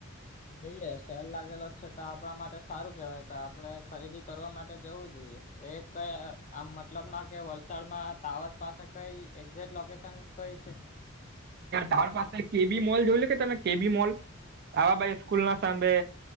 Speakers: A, on the left; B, on the right.
A: જઈએ સેલ લાગેલો છે તો આપણા માટે સારું કેવાય તો આપડે ખરીદી કરવા માટે જવું જોઈએ એક કઈ આમ મતલબમાં કે વલસાડમાં ટાવર પાસે કઈ એક્ઝેક્ટ લોકેશન કઈ છે. <inaudible>
B: તાર પાસે કે બી મોલ જોયું લ તમે કે બી મોલ આવાબાઈ સ્કૂલ ના સાભે